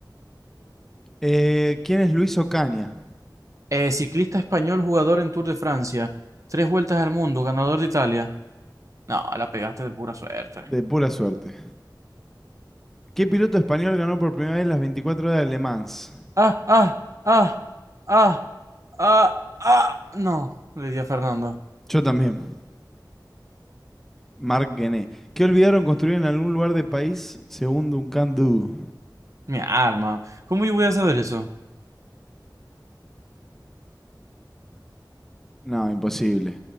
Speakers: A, in the centre; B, on the right (about 45°).
A: Eh, ¿Quién es Luis Ocaña?
B: Eh, ciclista español, jugador en Tour de Francia. Tres vueltas al mundo, ganador de Italia. No, la pegaste de pura suerte.
A: De pura suerte. ¿Qué piloto español ganó por primera vez las 24 horas de Le Mans?
B: Ah, ah, ah, ah, ah, ah. No, le di a Fernando.
A: Yo también. Marc Guené. ¿Qué olvidaron construir en algún lugar de país según Duncan Du?
B: Mi arma. ¿Cómo yo voy a saber eso?
A: No, imposible.